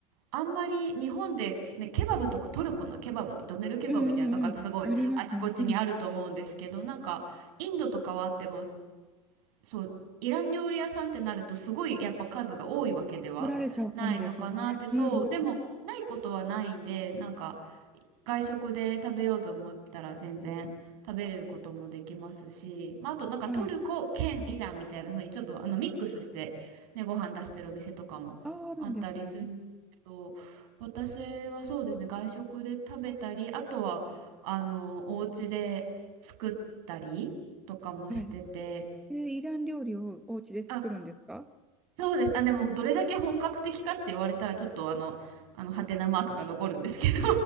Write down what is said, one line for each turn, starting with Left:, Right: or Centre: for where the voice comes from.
Right: あんまり日本で、ね、ケバブとかトルコのケバブドネルケバブみたいなのとかってすごいあちこちにあると思うんですけどなんかインドとかはあっても
Centre: うんうんうん。ありますね。うん。
Right: そうイラン料理屋さんってなるとすごいやっぱ数が多いわけではないのかなってそうでもないことはないんでなんか
Centre: 取られちゃうかもですね。うん。
Right: 外食で食べようと思ったら全然食べれることもできますし、まあ、あとなんかトルコ兼イランみたいな風にちょっとあのミックスして、
Centre: はい。
Right: ね、ご飯出してるお店とかもあったりするんですけど私はそうですね外食で食べたりあとはあのお家で作ったりとかもしてて
Centre: あ、あるんですね。はい。え、イラン料理をお家で作るんですか
Right: あそうですあでもどれだけ本格的かって言われたらちょっとあのあのハテナマークが残るんですけど